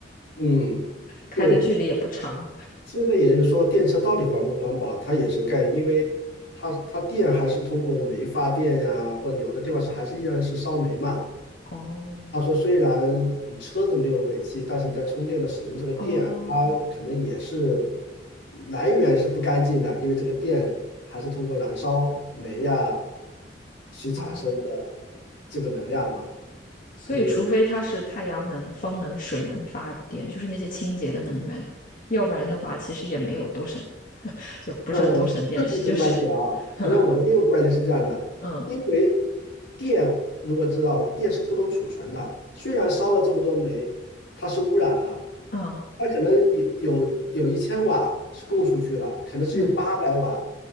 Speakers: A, on the left; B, on the left.
A: 嗯，
B: 开的距离也不长。
A: 对，现在也就是说，电车到底环不环保，它也是概念，因为它它电还是通过煤发电呀、或者有的地方是还是依然是烧煤嘛。
B: 哦
A: 他说，虽然你车子没有尾气，但是你在充电的使用这个电，
B: 哦
A: 它可能也是来源是不干净的，因为这个电还是通过燃烧煤呀去产生的
B: 哦，
A: 这个能量嘛，
B: 所以除非它是太阳能、
A: 可能有。
B: 风能、水能发电，就是那些清洁的能源，要不然的话，其实也没有多省，<laughs> 就不是多省电，
A: 嗯，这是一个观点啊。
B: 是就是 <laughs> 嗯
A: 同样，我的另一个观点是这样的：
B: 嗯
A: 因为电如果知道了，电是不能储存的。虽然烧了这么多煤，它是污染了，
B: 嗯
A: 它可能有有有一千瓦是供出去了，可能只有八百瓦
B: 嗯，